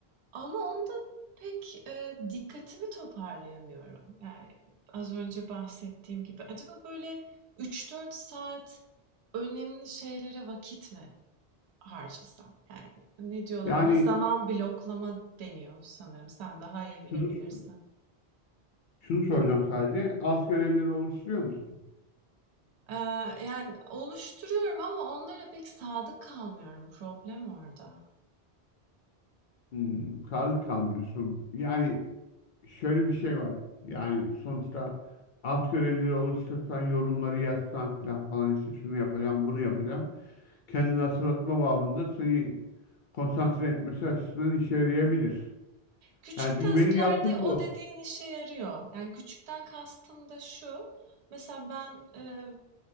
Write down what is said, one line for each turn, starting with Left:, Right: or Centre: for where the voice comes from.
Right: Ama onda pek, eee, dikkatimi toparlayamıyorum. Yani, az önce bahsettiğim gibi. Acaba böyle üç dört saat önemli şeylere vakit mi harcasam? Yani, ne diyorlar
Left: Yani
Right: ona? Zaman bloklama deniyor sanırım. Sen daha iyi bilebilirsin.
Left: şunu şunu soracağım sadece. Alt görevleri oluşturuyor musun?
Right: Eee, yani oluşturuyorum ama onlara pek sadık kalmıyorum. Problem orada.
Left: Hmm, sadık kalmıyorsun. Yani şöyle bir şey var. Yani sonuçta alt görevleri oluştursan, yorumları yazsan filan falan işte şunu yapacağım, bunu yapacağım. Kendini hatırlatma babında seni konsantre etmesi açısından işe yarayabilir.
Right: Küçük
Left: Yani çünkü
Right: task'larda
Left: benim yaptığım
Right: o
Left: bu.
Right: dediğin işe yarıyor. Yani küçükten kastım da şu. Mesela ben e,